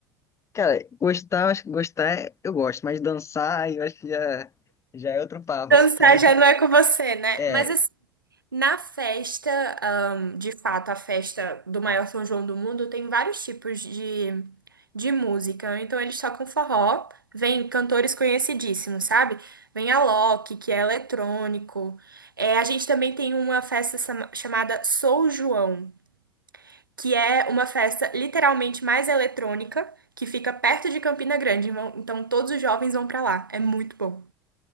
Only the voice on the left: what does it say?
Cara, gostar, eu acho que gostar é- eu gosto, mas dançar aí eu acho que já, já é outro papo,
<laughs> sabe?
É.